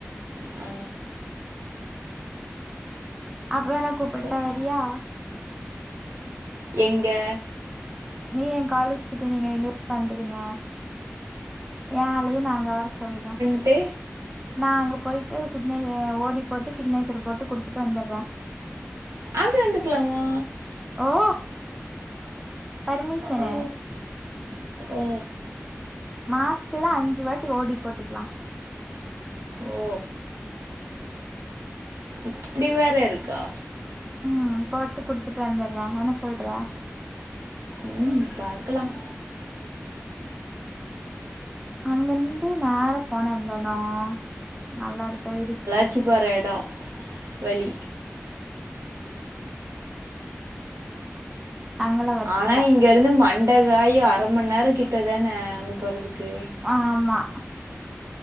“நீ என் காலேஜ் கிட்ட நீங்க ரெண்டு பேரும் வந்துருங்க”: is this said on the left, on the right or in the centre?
Centre